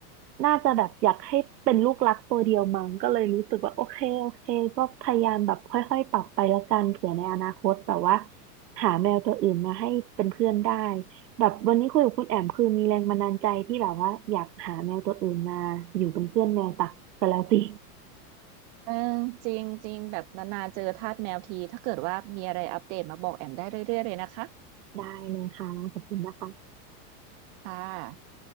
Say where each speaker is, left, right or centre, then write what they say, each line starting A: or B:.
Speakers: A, on the right; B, on the right.
A: น่าจะแบบอยากให้เป็นลูกรักตัวเดียวมั้งก็เลยรู้สึกว่าโอเคโอเคก็พยายามแบบค่อยๆปรับไปแล้วกันเผื่อในอนาคตแบบว่าหาแมวตัวอื่นมาให้เป็นเพื่อนได้แบบวันนี้คุยกับคุณแอมคือมีแรงบันดาลใจที่แบบว่าอยากหาแมวตัวอื่นมาอยู่เป็นเพื่อนแมวตักไปแล้วสิ
B: เออจริงจริงแบบนานๆเจอทาสแมวทีถ้าเกิดว่ามีอะไรอัปเดตมาบอกแอมได้เรื่อยๆเลยนะคะ
A: <laughs> ได้เลยค่ะขอบคุณนะคะ
B: ค่ะ